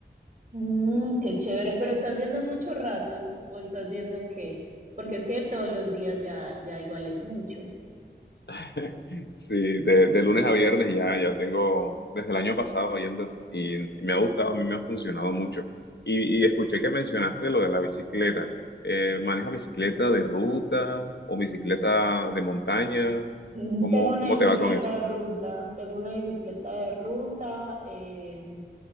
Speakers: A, on the right; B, on the left.
A: Mm, qué chévere, pero ¿estás yendo mucho rato o estás yendo qué? Porque es que todos los días ya, ya igual es mucho.
B: <laughs> Sí, de, de lunes a viernes ya, ya tengo desde el año pasado yendo y, y me ha gustado, a mí me ha funcionado mucho. Y, y escuché que mencionaste lo de la bicicleta. Eh, ¿manejas bicicleta de ruta o bicicleta de montaña?
A: Mm,
B: ¿Cómo,
A: Tengo una
B: cómo
A: bicicleta
B: te va con eso?
A: de ruta, tengo una bicicleta de ruta eh,